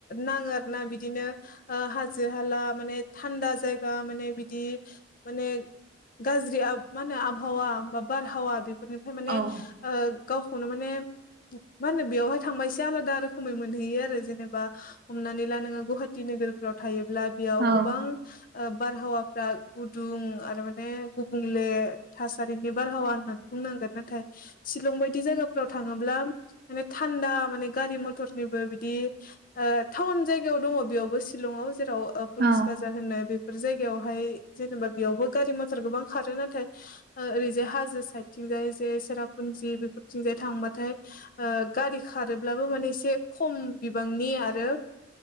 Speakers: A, on the left; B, on the right.
A: नाङो आरो ना बिदिनो ओ हाजो हाला माने थान्दा जायगा माने बिदि माने गाज्रि आब मा होनो आबहावा बा बारहावा बे बेफोरनिफ्राय माने
B: औ
A: ओ गावखौनो माने मा होनो बेयावहाय थांबा एसे आलादा रोखोमै मोनहैयो आरो जेनेबा हमनानै ला नोङो गुवाहाटि नोगोरफ्राव थायो ब्ला बेयाव
B: औ
A: गोबां ओ बारहावाफ्रा गुदुं आरो माने गुबुंले थासारिनि बारहावा होननानै बुंनांगोन नाथाय सिलं बायदि जायगाफोराव थाङोब्ला माने थान्दा माने गारि मथरनिबो बिदि ओ टाउन जायगायाव दङ बेयावबो सिलंआव जेराव ओ पुलिस
B: औ
A: बाजार होनो बे फोर जायगायावहाय जेनेबा बेयावबो गारि मथर गोबां खारो नाथाय ओरैजाय हाजो साइदथिंजाय एसे सेरापुन्जि बेफोरथिंजाय थांबाथाय ओ गारि खारोब्लाबो माने एसे खम बिबांनि आरो